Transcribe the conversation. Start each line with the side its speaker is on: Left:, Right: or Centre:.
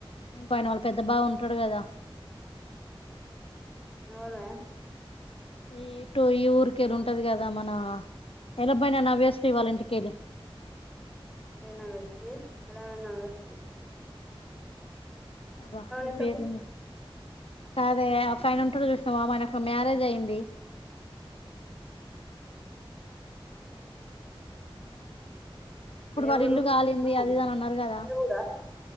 Left: ఇంకో ఆయన వాళ్ళ పెద్ద బావ ఉంటాడు కదా
Centre: ఎవలే
Left: ఈ ఇటు ఈ ఊరికేళ్ళి ఉంటది కదా మన ఎలా పోయిన నవ్యశ్రీ వాళ్ళ ఇంటికెళ్ళి
Centre: ఏ నవ్యశ్రీ ఎలాబోయినా నవ్యశ్రీ
Left: అబ్బా ఈపేర్లు
Centre: ఇంతకు
Left: ఏ కాదే ఒక ఆయన ఉంటాడు చూసినావా ఆయనకు మ్యారేజ్ అయిద్ధి ఇప్పుడు
Centre: ఏ
Left: వాళ్ళ
Centre: ఊరు
Left: ఇల్లు కాలేంది
Centre: ఆ,
Left: అది ఇదని అన్నారు కదా
Centre: అదే ఊరా